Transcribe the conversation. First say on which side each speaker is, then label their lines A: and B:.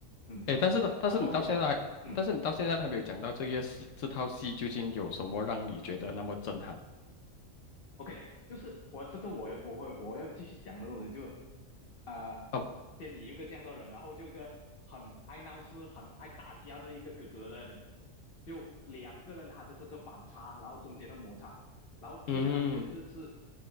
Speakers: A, on the left; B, on the left.
A: 嗯，
B: 哎，但是呢，但是你到现在还但是你到现在还没有讲到这个戏，
A: 然后呢，嗯。
B: 这套戏究竟有什么让你觉得那么震撼？
A: OK，就是我这个我我会我要继续讲的东西就，呃，
B: 哦，
A: 先你一个这样的人，然后就一个很爱闹事、很爱打架的一个哥哥了呢，就两个人他的这个反差，然后中间的摩擦，然后接下来也就就是
B: 嗯